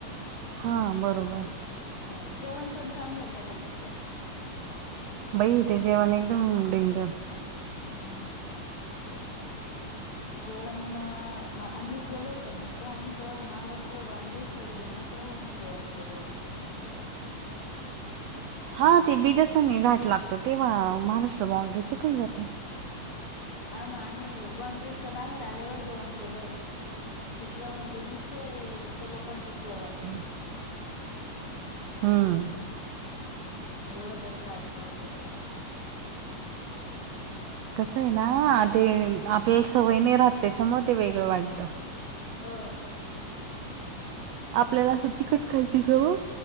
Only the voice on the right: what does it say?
हां बरोबर.
बाई ते जेवण एकदम डेंजर.
हा ते बीजासनी घाट लागतो तेव्हा महाराष्ट्र बॉंड्री सुटून जाते.
<inaudible> हम्.
कसं आहे ना ते आपल्याला सवय नाही राहात त्याच्यामुळ म ते वेगळं वाटतं.
आपल्याला असं तिखट खायची सवय